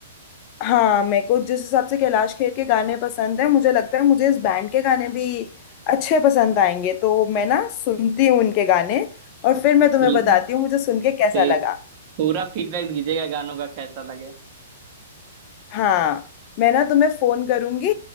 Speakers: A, on the left; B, on the right.
A: हाँ मेरे को जिस हिसाब से कैलाश खेर के गाने पसंद है मुझे लगता है मुझे इस बैंड के गाने भी अच्छे पसंद आएंगे तो मैं ना सुनती हूँ उनके गाने और फिर मैं तुम्हें
B: चलिए
A: बताती हूँ मुझे सुन के कैसा
B: तो ये
A: लगा
B: पूरा फीडबैक दीजिएगा गानों का कैसा लगे
A: हाँ मैं ना तुम्हें फोन करूंगी